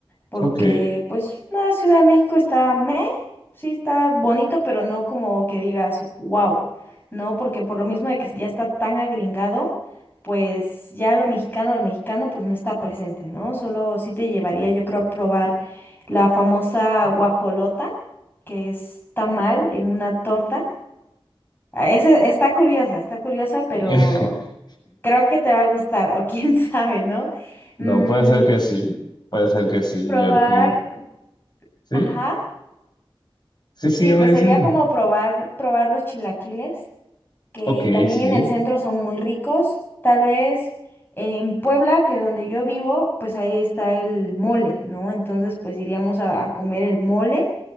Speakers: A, on the left; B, on the left.
A: Porque,
B: ok.
A: pues, la Ciudad de México está meh, sí está bonito, pero no como que digas, wow, ¿no? Porque por lo mismo de que ya está tan agringado, pues ya lo mexicano, lo mexicano, pues no está presente, ¿no? Solo sí te llevaría, yo creo, a probar la famosa guajolota que es tamal en una torta. Ah, Ese está curiosa, está curiosa, pero
B: <laughs>
A: creo que te va a gustar, o quién <laughs> sabe, ¿no?
B: No,
A: Mm,
B: puede ser que sí, puede ser que sí.
A: probar,
B: Yo tengo... ¿Sí?
A: ajá.
B: Sí, sígueme
A: Sí, pues
B: diciendo.
A: sería como probar, probar los chilaquiles. que
B: Ok,
A: también
B: sí,
A: en el centro son muy ricos. Tal vez en Puebla, que donde yo vivo, pues ahí está el mole, ¿no? Entonces, pues iríamos a, a comer el mole,